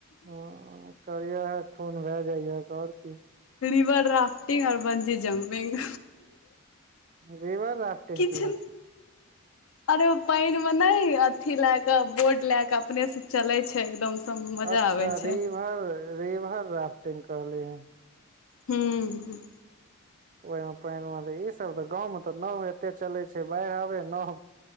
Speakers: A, on the right (about 40°); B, on the left (about 80°).
A: ह करिय ह खून भए जाइहक आओर की
B: रिवर राफ्टिंग आर बंजी जम्पिंग
A: रिवर राफ्टिंग
B: किछु
A: की होइ छै
B: अरे ओ पानिमे ने अथी लय के बोट लय के अपने से चलै छै एकदम से मजा
A: अच्छा
B: आबे छै
A: रिवर रिवर राफ्टिंग करले हैं
B: हूंम्म
A: ओहि मे पानि मे इऽ सब तऽ गाँव मे ते नाव एते चलै छै बाढ़ि आबे नऽ